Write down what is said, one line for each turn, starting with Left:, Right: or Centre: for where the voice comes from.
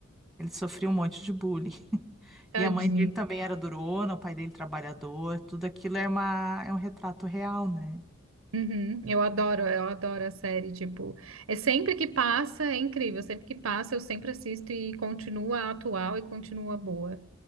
Centre: ele sofria um monte de bullying.
Right: Tadinho.
Centre: E a mãe dele também era durona, o pai dele trabalhador, tudo aquilo é uma, é um retrato real, né?
Right: Uhum. Eu adoro, eu adoro a série, tipo, é sempre que passa, é incrível, sempre que passa eu sempre assisto e continua atual e continua boa.